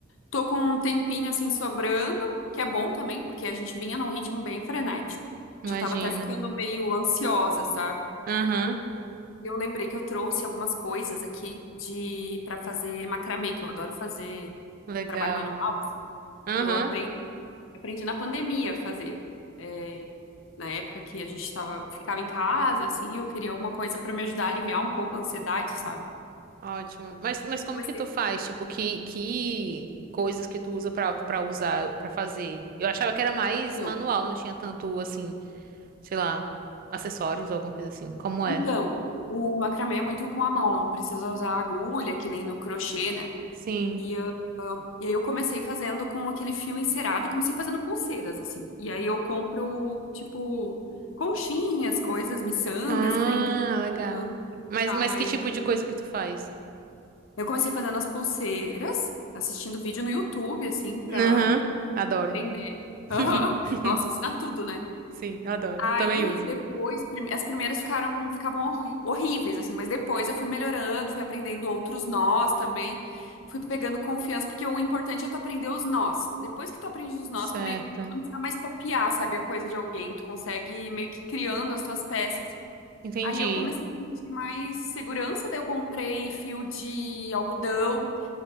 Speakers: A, on the left; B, on the right.
A: tô com um tempinho assim sobrando, que é bom também, porque a gente vinha num ritmo bem frenético.
B: imagino.
A: Já tava até ficando meio ansiosa, sabe?
B: Aham,
A: E eu lembrei que eu trouxe algumas coisas aqui de para fazer macramê, que eu adoro fazer
B: legal.
A: trabalho manual, assim.
B: Aham,
A: E eu aprendi Eu aprendi na pandemia a fazer. É, na época que a gente tava, ficava em casa, assim, eu queria alguma coisa pra me ajudar a aliviar um pouco a ansiedade, sabe?
B: ótimo. Mas, mas como
A: Comecei
B: que tu
A: a
B: faz?
A: fazer.
B: Tipo, que, que coisas que tu usa pra, pra usar, pra fazer? Eu achava que era mais
A: Eu.
B: manual, não tinha tanto, assim, sei lá, acessórios ou alguma coisa assim. Como
A: Então,
B: é?
A: o, o macramê é muito com a mão, não precisa usar agulha, que nem no crochê, né?
B: Sim.
A: E eu, ah, e aí eu comecei fazendo com aquele fio encerado, comecei fazendo pulseiras, assim. E aí eu compro, tipo, conchinhas, coisas, miçangas
B: Ah,
A: pra enfeitar,
B: legal.
A: pra
B: Mas,
A: deixar
B: mas
A: mais.
B: que tipo de coisa que tu faz?
A: Eu comecei fazendo as pulseiras, assistindo vídeo no YouTube, assim, pra
B: Aham, adoro.
A: aprender. <laughs>
B: <laughs>
A: Aham. Nossa, ensina tudo, né?
B: Sim, adoro.
A: Aí
B: Eu também uso.
A: depois, prim- as primeiras ficaram ficavam horri- horríveis, assim, mas depois eu fui melhorando, fui aprendendo outros nós também, fui pegando confiança, porque o importante é tu aprender os nós. Depois que tu aprende os nós,
B: Certo.
A: tu meio que tu não precisa mais copiar, sabe, a coisa de alguém, tu consegue ir meio que criando as tuas peças.
B: Entendi.
A: Aí eu comecei a sentir mais segurança, daí eu comprei fio de algodão.